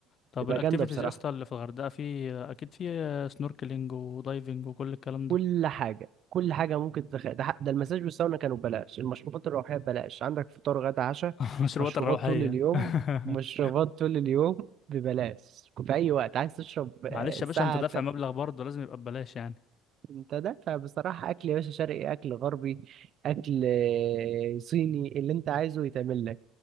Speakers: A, on the left; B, on the right.
A: طب
B: تبقى
A: الاكتيفيتيز
B: جامدة بصراحة
A: يا اسطى اللي في الغردقه في اكيد في سنوركلينج ودايفنج وكل الكلام ده
B: كل حاجة كل حاجة ممكن تدخل ده, ح- ده المساج والساونا كانوا ببلاش المشروبات الروحية ببلاش عندك فطار غدا عشاء
A: <laughs> مشروبات
B: مشروبات
A: الروحيه
B: طول اليوم
A: <laughs>
B: مشروبات طول اليوم ببلاش في أي وقت عايز تشرب آه،
A: معلش
B: الساعة
A: يا باشا انت دافع مبلغ برضه لازم يبقى ببلاش يعني
B: انت دافع بصراحة اكل يا باشا شرقي اكل غربي اكل آه، صيني اللي انت عايزه يتعمل لك